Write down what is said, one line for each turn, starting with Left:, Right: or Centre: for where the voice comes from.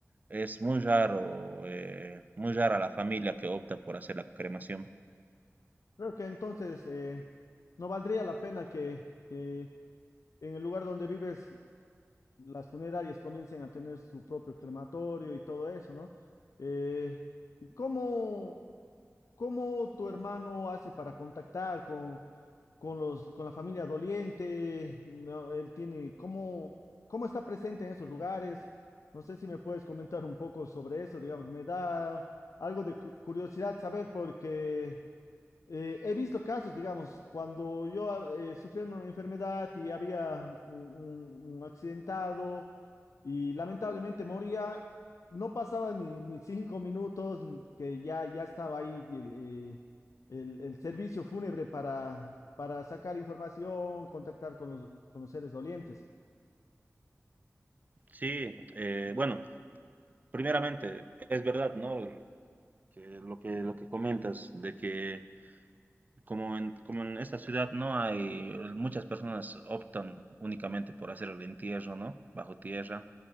Right: Es muy raro, eh, muy rara la familia que opta por hacer la cremación.
Left: Creo que entonces eh, no valdría la pena que, que en el lugar donde vives las funerarias comiencen a tener su propio crematorio y todo eso, ¿no? Eh, ¿y cómo, cómo tu hermano hace para contactar con, con los, con la familia doliente? No, él tiene, ¿cómo, cómo está presente en esos lugares? No sé si me puedes comentar un poco sobre eso, digamos, me da algo de cu- curiosidad saber porque... Eh, he visto casos, digamos, cuando yo eh, sufrí una enfermedad y había un, un- un accidentado y lamentablemente moría, no pasaba ni, ni cinco minutos ni- que ya, ya estaba ahí el, eh, el- el servicio fúnebre para, para sacar información, contactar con los, con los seres dolientes.
Right: Sí, eh, bueno. primeramente, es verdad, ¿no? Que lo que lo que comentas de que como en, como en esta ciudad no hay muchas personas optan únicamente por hacer el entierro, ¿no? Bajo tierra,